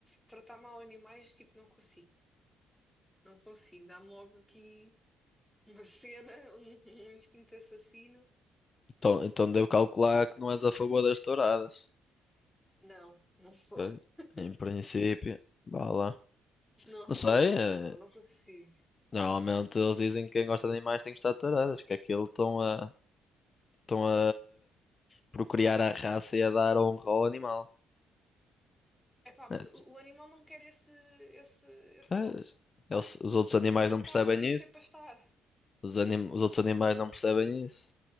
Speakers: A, in the centre; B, on the left.
A: Tratar mal animais, tipo, não consigo. Não consigo. Dá-me logo aqui uma <laughs> cena, um, um instinto assassino.
B: então, então devo calcular que não és a favor das touradas.
A: Não, não sou.
B: Pois,
A: <laughs>
B: Em princípio, vá lá.
A: Não
B: Não
A: sou,
B: sei, eh,
A: não sou, não consigo.
B: normalmente eles dizem que quem gosta de animais tem que gostar de touradas, que é aquilo estão a, estão a procriar a raça e a dar honra ao animal.
A: Epá, mas
B: É,
A: o, o animal não quer esse, esse, esse
B: Pois.
A: rolo.
B: Eles- os outros animais
A: O animal
B: não
A: está
B: percebem
A: fixe
B: isso.
A: é para estar.
B: Os, anim- os outros animais não percebem isso.